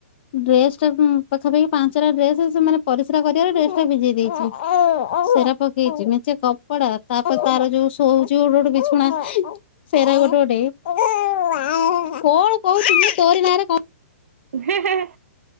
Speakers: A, on the left (about 45°); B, on the right (about 80°).
A: ଡ୍ରେସଟା ଉଁ ପାଖାପାଖି ପାଞ୍ଚଟା ଡ୍ରେସ୍ ସେ ମାନେ ପରିସ୍ରା କରିଆରେ ଡ୍ରେସଟା ଭିଜେଇ ଦେଇଛି। ସେରା ପକେଇଛି ମେଞ୍ଚେ କ ପଡା ତାପରେ ତାର ଯୋଉ ଶୋଉଛି ଗୋଟେ ଗୋଟେ ବିଛଣା ସେରା ଗୋଟେ ଗୋଟେ କଣ କହୁଛୁ ମୁଁ ତୋରି ନାଁରେ କ
B: ହେଁ ହେଁ ହେଁ